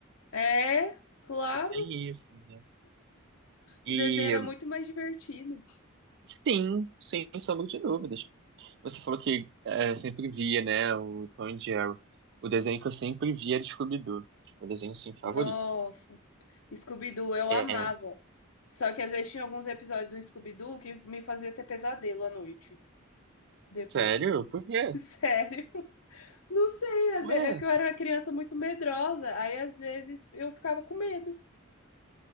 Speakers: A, on the left; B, on the right.
A: é, claro.
B: tem isso, né? E
A: O desenho era muito mais divertido.
B: sim, sem sombra de dúvidas. Você falou que é, sempre via, né, o Tom e Jerry. O desenho que eu sempre via era de Scooby-Doo. Meu desenho, assim, favorito.
A: Nossa. Scooby-Doo, eu amava.
B: É,
A: Só que às vezes tinha alguns episódios do Scooby-Doo que me fazia ter pesadelo à noite depois.
B: sério? Por quê?
A: <laughs> Sério. Não sei, às
B: Ué,
A: vezes, é porque eu era uma criança muito medrosa, aí às vezes eu ficava com medo.